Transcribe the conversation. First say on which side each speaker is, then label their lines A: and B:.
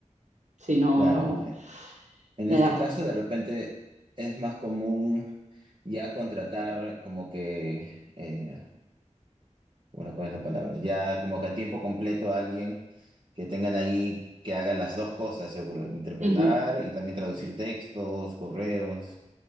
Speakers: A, on the right; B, on the right.
A: Si no,
B: claro.
A: no.
B: En, en
A: Ya,
B: este
A: ya.
B: caso, de repente, es más común ya contratar como que... eh, Bueno, ¿cuál es la palabra? Ya como que a tiempo completo a alguien que tengan ahí, que haga las dos cosas, seguro, interpretar
A: Ujú,
B: y también traducir textos, correos,